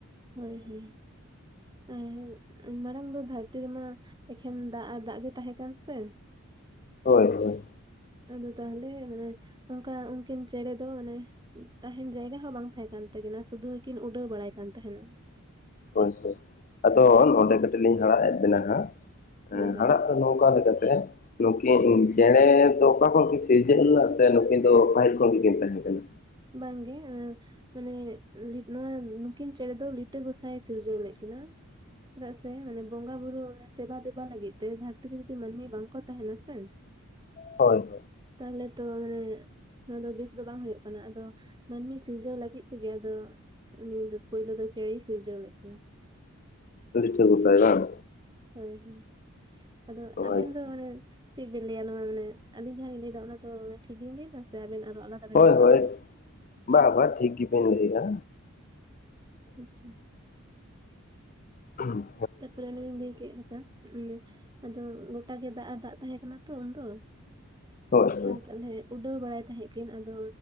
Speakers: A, on the right; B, on the left.
A: ᱦᱳᱭ ᱦᱳᱭ ᱮ ᱢᱟᱲᱟᱝ ᱫᱚ ᱫᱷᱟᱹᱨᱛᱤ ᱨᱮᱢᱟ ᱮᱠᱷᱮᱱ ᱫᱟᱜ ᱟᱨ ᱫᱟᱜ ᱜᱮ ᱛᱟᱦᱮᱸ ᱠᱟᱱ ᱥᱮ
B: ᱦᱳᱭ ᱦᱳᱭ
A: ᱟᱫᱚ ᱛᱟᱦᱚᱞᱮ ᱢᱟᱱᱮ ᱚᱱᱠᱟ ᱩᱱᱠᱤᱱ ᱪᱮᱬᱮ ᱫᱚ ᱢᱟᱱᱮ ᱛᱟᱦᱮᱸᱱ ᱡᱟᱭᱜᱟ ᱦᱚᱸ ᱵᱟᱝ ᱛᱟᱦᱮᱸ ᱠᱟᱱ ᱛᱟᱹᱠᱤᱱᱟ, ᱥᱩᱫᱩᱠᱤᱱ ᱩᱰᱟᱹᱣ ᱵᱟᱲᱟᱭ ᱠᱟᱱ ᱛᱟᱦᱮᱱᱟ᱾
B: ᱦᱳᱭ ᱦᱳᱭ ᱟᱫᱚ ᱱᱚᱸᱰᱮ ᱠᱟᱹᱴᱤᱡ ᱞᱤᱧ ᱦᱟᱲᱟᱜ ᱮᱫ ᱵᱮᱱᱟ ᱦᱟᱸᱜ
A: ᱦᱳᱭ ᱦᱳᱭ
B: ᱦᱟᱲᱦᱟᱜ ᱫᱚ ᱱᱚᱝᱠᱟ ᱞᱮᱠᱟᱛᱮ ᱱᱩᱠᱤᱱ ᱪᱮᱬᱮ ᱫᱚ ᱚᱠᱟ ᱠᱷᱚᱱ ᱠᱤᱱ ᱥᱤᱨᱡᱟᱹᱣ ᱞᱮᱱᱟ ᱥᱮ ᱱᱩᱠᱤᱱ ᱫᱚ ᱯᱟᱹᱦᱤᱞ ᱠᱷᱚᱱ ᱜᱮᱠᱤᱱ ᱛᱟᱦᱮᱸ ᱠᱟᱱᱟ?
A: ᱵᱟᱝ ᱜᱮ ᱢᱟᱱᱮ ᱱᱚᱣᱟ ᱱᱩᱠᱤᱱ ᱪᱮᱬᱮ ᱫᱚ ᱞᱤᱴᱟᱹ ᱜᱚᱸᱥᱟᱭ ᱮ ᱥᱤᱨᱡᱟᱹᱣ ᱞᱮᱫ ᱠᱤᱱᱟ᱾ ᱪᱮᱫᱟᱜ ᱥᱮ ᱢᱟᱱᱮ ᱵᱚᱸᱜᱟ ᱵᱩᱨᱩ ᱥᱮᱵᱟ ᱫᱮᱵᱟ ᱞᱟᱹᱜᱤᱫ ᱛᱮ ᱫᱷᱟᱹᱨᱛᱤ ᱨᱮ ᱡᱩᱫᱤ ᱢᱟᱹᱱᱢᱤ ᱵᱟᱝ ᱠᱚ ᱛᱟᱦᱮᱸᱱᱟ ᱥᱮ
B: ᱦᱳᱭ ᱦᱳᱭ
A: ᱛᱟᱦᱚᱞᱮ ᱛᱚ ᱢᱟᱱᱮ ᱱᱚᱣᱟ ᱫᱚ ᱵᱮᱥ ᱫᱚ ᱵᱟᱝ ᱦᱩᱭᱩᱜ ᱠᱟᱱᱟ, ᱟᱫᱚ ᱢᱟᱹᱱᱢᱤ ᱥᱤᱨᱡᱟᱹᱣ ᱞᱟᱹᱜᱤᱫ ᱛᱮᱜᱮ ᱟᱫᱚ ᱩᱱᱤ ᱫᱚ ᱯᱳᱭᱞᱳ ᱫᱚ ᱪᱮᱬᱮ ᱥᱤᱨᱡᱟᱹᱣ ᱞᱮᱫ ᱠᱤᱱᱟ᱾
B: ᱴᱷᱟᱹ ᱜᱚᱥᱟᱭ ᱵᱟᱝ,
A: ᱦᱳᱭ ᱦᱳᱭ ᱟᱫᱚ ᱟᱵᱮᱱ
B: ᱟᱪᱪᱷᱟ
A: ᱫᱚ, ᱪᱮᱫ ᱵᱤᱱ ᱞᱟᱹᱭᱟ ᱱᱚᱣᱟ ᱢᱟᱱᱮ ᱟᱹᱞᱤᱧ ᱡᱟᱦᱟᱸ ᱞᱤᱧ ᱞᱟᱹᱭ ᱫᱟ ᱚᱱᱟ ᱫᱚ ᱴᱷᱤᱠ ᱞᱤᱧ ᱞᱟᱹᱭ ᱫᱟ ᱥᱮ ᱟᱵᱮᱱ ᱟᱨᱦᱚ ᱟᱞᱟᱫᱟ᱾ ᱵᱮᱱ
B: ᱦᱳᱭ
A: ᱵᱟᱲᱟᱭᱟ
B: ᱦᱳᱭ ᱵᱟ ᱵᱟᱝ ᱴᱷᱤᱠ ᱜᱮᱵᱮᱱ ᱞᱟᱹᱭᱮᱜ-ᱟ᱾
A: ᱟᱪᱪᱷᱟ,
B: ᱦᱩᱸ,
A: ᱛᱟᱯᱚᱨᱮ ᱚᱱᱤᱧ ᱞᱟᱹᱭ ᱠᱮᱫ ᱞᱮᱠᱟ ᱟᱫᱚ ᱜᱚᱴᱟ ᱜᱮ ᱫᱟᱜ ᱟᱨ ᱫᱟᱜ ᱛᱟᱦᱮᱸ ᱠᱟᱱᱟ ᱛᱚ ᱩᱱᱫᱚ᱾
B: ᱦᱳᱭ ᱦᱳᱭ
A: ᱟᱫ ᱛᱟᱦᱚᱞᱮ ᱩᱰᱟᱹᱣ ᱵᱟᱲᱟᱭ ᱛᱟᱦᱮᱸᱜ ᱠᱤᱱ ᱟᱫᱚ,